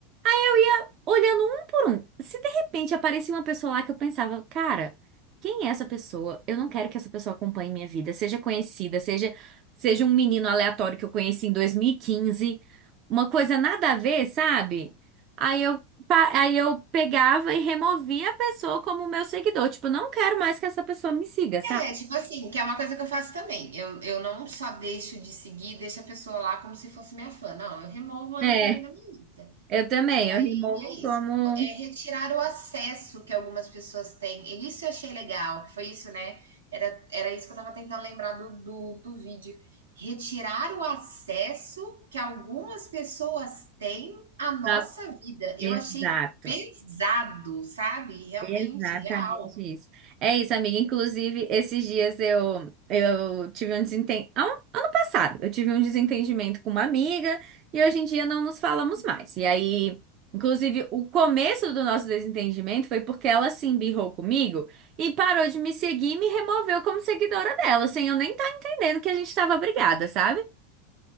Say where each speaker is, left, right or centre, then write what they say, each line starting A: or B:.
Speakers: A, on the right; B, on the right.
A: ia olhando um por um. Se de repente aparecia uma pessoa lá que eu pensava, cara, quem é essa pessoa? Eu não quero que essa pessoa acompanhe minha vida, seja conhecida, seja seja um menino aleatório que eu conheci em 2015, uma coisa nada a ver, sabe? Aí eu pa- aí eu pegava e removia a pessoa como meu seguidor, tipo, não quero mais que essa pessoa me siga, sabe?
B: É, tipo assim, que é uma coisa que eu faço também. Eu, eu não só deixo de seguir, deixo a pessoa lá como se fosse minha fã. Não, eu removo ela
A: É,
B: também da minha lista.
A: eu também,
B: E aí
A: eu removo
B: é
A: como
B: isso, tipo, é retirar o acesso que algumas pessoas têm. E isso eu achei legal, que foi isso, né? Era, era isso que eu estava tentando lembrar do, do, do vídeo. Retirar o acesso que algumas pessoas têm à nossa
A: Ah,
B: vida.
A: exato.
B: Eu achei pesado, sabe? Realmente,
A: Exatamente
B: real.
A: isso. É isso, amiga. Inclusive, esses dias eu, eu tive um desentendimento. Ano passado, eu tive um desentendimento com uma amiga e hoje em dia não nos falamos mais. E aí, inclusive, o começo do nosso desentendimento foi porque ela se embirrou comigo e parou de me seguir e me removeu como seguidora dela, sem eu nem estar entendendo que a gente estava brigada, sabe?